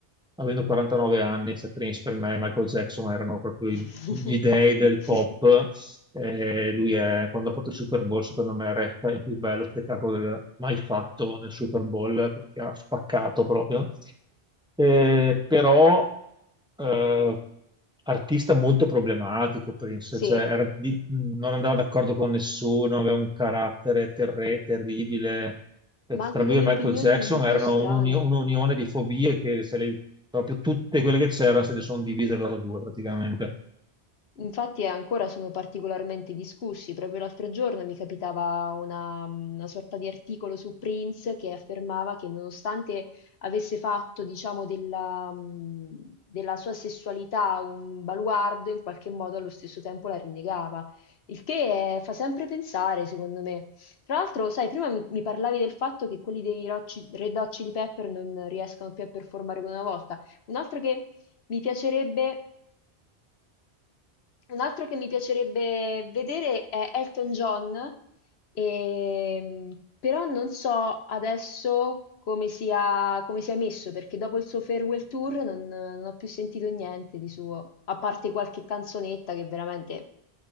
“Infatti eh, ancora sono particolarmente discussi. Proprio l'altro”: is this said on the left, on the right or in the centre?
Left